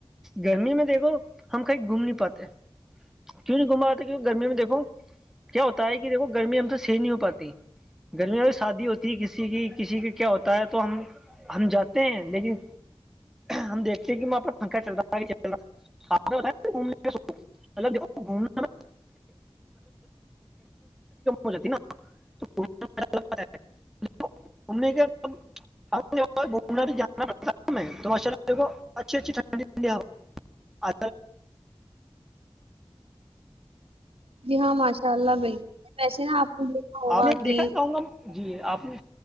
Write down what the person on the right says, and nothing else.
جی ہاں ماشاء اللہ بھائی ویسے نا آپ نے دیکھا ہوگا
کہ